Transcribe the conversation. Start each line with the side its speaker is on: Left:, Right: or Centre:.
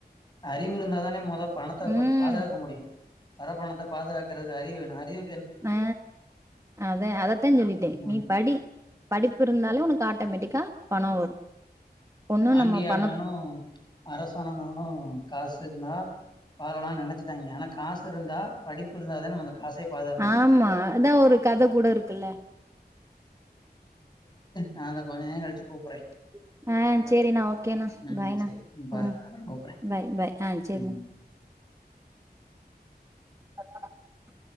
Left: அறிவு இருந்தாதானே முத பணத்த
Right: ம்
Left: பாதுகாக்க முடியு வரப்பணத்த பாதுகாக் க்குறக்கு அறிவு வேணு அறிவு
Right: அ அத அதத்தா சொல்லிட்டே
Left: ம்
Right: நீ படி படிப்பு இருந்தாலு உனக் ஆட்டோமேட்டிக்கா பணோ வரு ஒன்னு
Left: ஆண்டியானாலு
Right: நம்ம பணத்
Left: அரசனானாலு காசு இருந்தா வாழலான் நெனச்சிட்டாங்க ஆனக் காசு இருந்தா படிப்பு இருந்தாத நம்ம அந்த காசே பாதுகாக்க முடியு
Right: ஆமா அதா ஒரு கத கூட இருக்குல்ல
Left: நாதா கொஞ்ச நேரங் கழிச்சி கூப்பற
Right: <unintelligible> ஆ சேரிண்ணா ஓகேண்ணா
Left: ம்
Right: பாய்ண்ணா
Left: சேரி பாய்
Right: ம்
Left: அப்பற கூப்பறே
Right: பாய் பாய் ஆ சேரிண்ணா
Left: ம்
Right: <unintelligible>